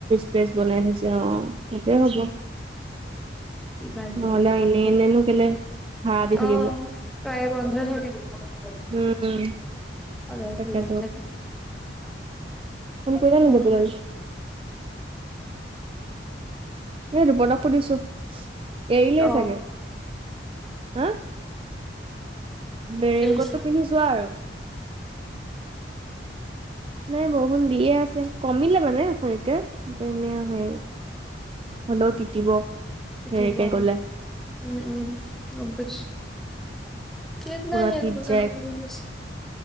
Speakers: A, on the right (about 30°); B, in the centre.
A: স্পেছ বনাই থৈছে অ সেইটোৱে হ'ব।
B: কিবা এটি
A: নহ'লে এনে এনেনো কেলে ভাড়া দি থাকিব
B: অ প্ৰায় বন্ধই থাকে <unintelligible>
A: উম উম
B: সদায়
A: তাকেটো।
B: খোলা নাথাকে
A: ফোন
B: হম
A: কৰিলে নাই গোপীলাল এই দুপদক সুধিছো, এৰিলে
B: অ
A: চাগে। হা? বেৰেইন
B: এৰিছো
A: কোটটো পিন্ধি যোৱা আৰু। নাই বৰষুণ দিয়ে আছে। কমিলে মানে উঠনিতে। তেনে অ সেই হ'লোও তিতিব।
B: তিতিব
A: হেৰিকে
B: আকৌ,
A: গ'লে
B: উম উম গম পাইছ- কেত
A: পুৰা
B: না সেয়াত
A: তিত
B: বতাহ
A: যায়
B: মাৰি আছ-